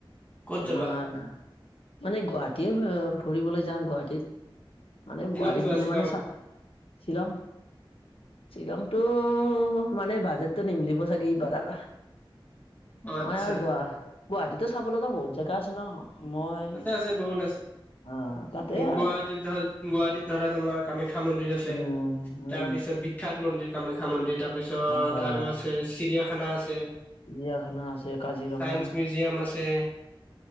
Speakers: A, on the left; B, on the left.
A: ক'ত যাবা
B: আমাৰ মানে গুৱাহাটীয়ে ফুৰিবলৈ যাম গুৱাহাটীত। মানে
A: শ্বিলং
B: গুৱাহাটীত
A: যোৱা শ্বিলং
B: মানে চা শ্বিলং শ্বিলংতো মানে বাজেটতো নিমলিব চাগে এইবাৰ আৰ
A: অ আচ্ছা
B: মই আৰু গোৱা গুৱাহাটীতো চাব লগা বহুত জেগা আছে ন। মই
A: আছে আছে বহুত আছে।
B: আহ তাতে
A: গুৱাহাটীত
B: আৰু
A: ধৰা গুৱাহাটীত ধৰা তোমাৰ কামাখ্যা মন্দিৰ আছে
B: উম উম
A: তাৰপিছত বি খ্যাত মন্দিৰ কামাখ্যা মন্দিৰ তাৰপিছত
B: অ হয়
A: আৰু
B: হয়
A: আছে চিৰিয়াখানা আছে।
B: চিৰিয়াখানা আছে কাজিৰঙা
A: চাইন্স মিউজিয়াম আছে।